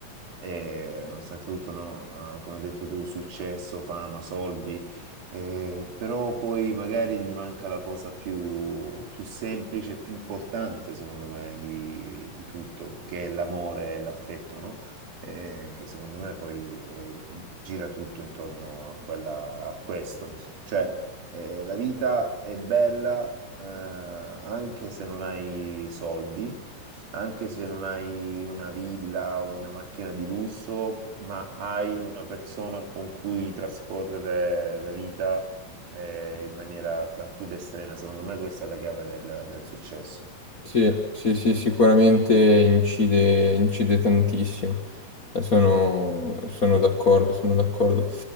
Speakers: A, on the right; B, on the left.
A: e nonostante tutto, no, eh, come hai detto tu, successo, fama, soldi, eh, però poi magari gli manca la cosa più, più semplice, più importante secondo me di, di tutto, che è l'amore e l'affetto, no? eh, che secondo me poi eh, gira tutto intorno a quella, a questo. Cioè, eh, la vita è bella eh, anche se non hai soldi, anche se non hai una villa o una macchina di lusso, ma hai una persona con cui trascorrere la vita. eh, in maniera tranquilla e serena, secondo me questa è la chiave del del successo.
B: Sì, sì, sì, sicuramente incide, incide tantissimo. Eh, Sono, sono d'accordo, sono d'accordo.